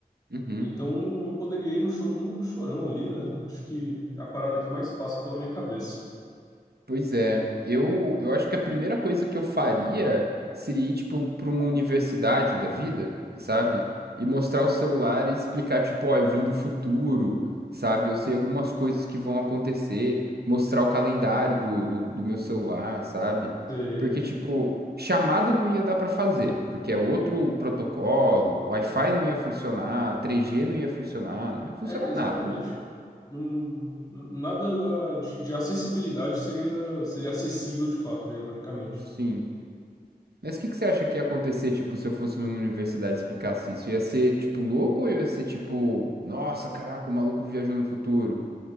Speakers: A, on the right; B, on the left.
A: Uhum.
B: Então eu poderia ir no show do, do Chorão ali, né? Acho que é a parada que mais passa pela minha cabeça.
A: Pois é, eu, eu acho que a primeira coisa que eu faria seria ir, tipo, para uma universidade da vida, sabe? E mostrar o celular e explicar, tipo, ó, eu vim do futuro, sabe? Eu sei algumas coisas que vão acontecer, mostrar o calendário do, do, do meu celular, sabe?
B: Você
A: Porque, tipo, chamada não ia dar para fazer, porque é outro protocolo, Wi-Fi não ia funcionar, 3G não ia funcionar, não ia funcionar
B: É, exatamente.
A: nada.
B: Não- nada da- de, de acessibilidade seria, seria acessível de fato, né, ironicamente.
A: Sim. Mas o que que você acha que ia acontecer, tipo, se eu fosse numa universidade e explicasse isso? Ia ser, tipo, louco ou ia ser, tipo, nossa, caraca, o maluco viajou no futuro?